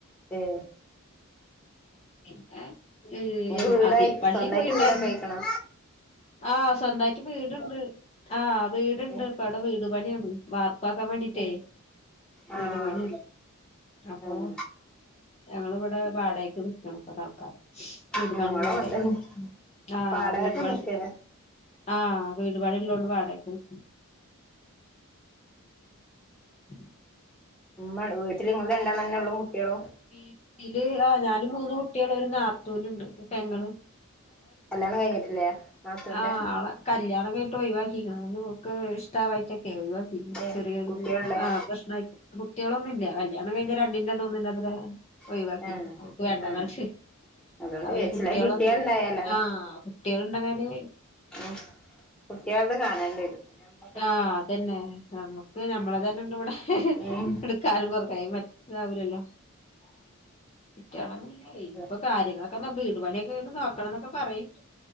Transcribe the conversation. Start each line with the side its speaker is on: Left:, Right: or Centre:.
Centre: ഹേ..,
Left: പിന്നെ, ഏഹ്
Centre: നിങ്ങക്ക്
Left: എവ്,
Centre: വീടായി
Left: അതിരപള്ളി
Centre: സ്വന്തായിട്ട്
Left: പോയ്ണ്ടാരുന്നു.
Centre: വീടൊക്കെ ആയിക്കണോ
Left: ആഹ്, സ്വന്തായിട്ട് വീട്ണ്ട്. ആഹ്, വീട്ണ്ട്.
Centre: ഏ
Left: ഇപ്പൊവടെ വീട് പണിയാണ്. വാർപ്പാക്കാൻ വേണ്ടീട്ടേയ്,
Centre: ഏ ആഹ്
Left: വീടുപണിയാണ്. അപ്പൊ,
Centre: ഉം
Left: ഞങ്ങളിവിടെ വാടകക്ക് നിക്കണ് ഇപ്പ തൽക്കാലം. വീടുപണിള്ളോണ്ടേയ്.
Centre: ഞങ്ങളും അങ്ങനെ തന്നെ
Left: ആഹ്,
Centre: വാടകക്ക്
Left: വീടുപണിയുള്ളോ
Centre: നിക്കാണ്
Left: ആഹ് വീടുപ്പണിള്ളോണ്ട് വാടകക്ക് നിക്കണ്. <inaudible>
Centre: മ്മ വീട്ടില് നിങ്ങള് രണ്ടാള് തന്നെയൊള്ളു. കുട്ടികളോ?
Left: വീട്ടില്, ആഹ് ഞാനും മൂന്ന് കുട്ടിയോളും ഒരു നാത്തൂനുണ്ട്. പെങ്ങെള്
Centre: കല്യാണം കഴിഞ്ഞിട്ടില്ലേ നാത്തൂന്റെ?
Left: ആ ആളെ കല്യാണം കഴിഞ്ഞിട്ട് ഒഴിവാക്കിക്ക്ണ്. അതോക്ക് ഇഷ്ടവായിട്ടൊക്കെയ്, ഒഴിവാ പിന്നെ,
Centre: ഏ
Left: ചെറിയൊരു
Centre: കുട്ടികളുണ്ടായ
Left: ആഹ്, പ്രശ്നായ്ട്ട്. കുട്ടികളൊന്നുല്ല. കല്യാണം കഴിഞ്ഞ് രണ്ടിന്റന്ന് <unintelligible> <unintelligible> ഒഴിവാക്കി.
Centre: ആഹ്
Left: ഓക്ക് വേണ്ടാന്ന്
Centre: ആഹ്
Left: ന്നറഞ്ഞിട്ടേ.
Centre: അതുകൊണ്ട്
Left: അവര്
Centre: കഴിച്ചില്ല
Left: കുട്ടികളൊന്നില്ല.
Centre: കുട്ടികളുണ്ടായാലാണ്
Left: ആഹ്, കുട്ടികളൊണ്ടെന്നാല്.
Centre: ഉം കുട്ടികളത് കാണേണ്ടി വെരും ന
Left: ആഹ്, അതന്നെ. ഞമ്മക് ക്ക് നമ്മളെതെന്നെണ്ട് വടെ.
Centre: ഉം
Left: എടുക്കാനും പെറുക്കാനു മറ്റേതാവുലല്ലോ!. ഇക്കേണൊന്നില്ല. ഇനിയിപ്പൊ
Centre: ഉം
Left: കാര്യങ്ങളെക്കെ ന്താ വീട് പണിയൊക്കെക്കഴിഞ്ഞിട്ട് മാറും. ക്കണന്നെക്കെ പറയ്ണ്ട്.